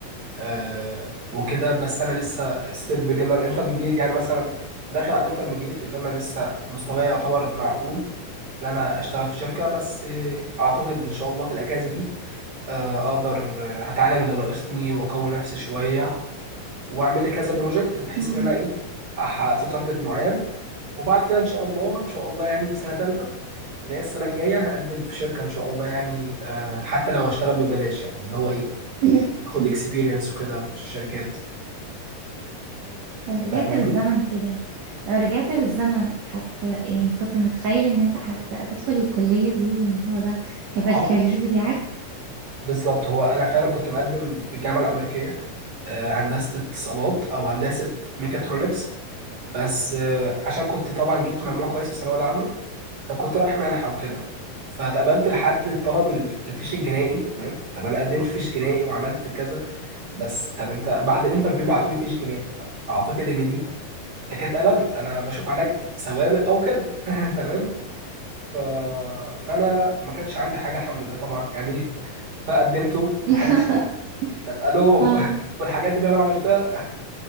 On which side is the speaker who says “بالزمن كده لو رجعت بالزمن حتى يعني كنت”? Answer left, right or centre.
Right